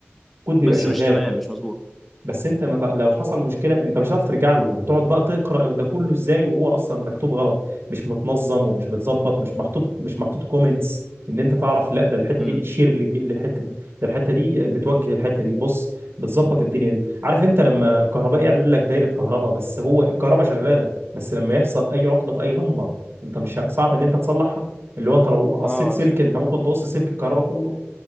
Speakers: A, on the right (about 65°); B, in the centre.
A: الكود بيبقى
B: بس
A: شغال
B: مش تمام مش مظبوط
A: بس انت مت... لو حصل مشكله انت مش هتعرف ترجع له هتقعد بقى تقرا ده كله ازاي وهو اصلا مكتوب غلط مش متنظم ومش متظبط مش محطوط مش محطوط كومنتس ان انت تعرف لا ده الحته
B: امم
A: دي بتشير للج- للحته دي ده الحته دي بتوجه الحته دي بص بتظبط الدنيا دي عارف انت لما كهرباء يعمل لك دايره كهرباء بس هو الكهرباء شغاله بس لما يحصل اي عطله في اي لمبه انت مش ه- صعب ان انت تصلحها اللي هو انت لو قصيت
B: اه
A: سلك انت ممكن تقص سلك الكهرباء كله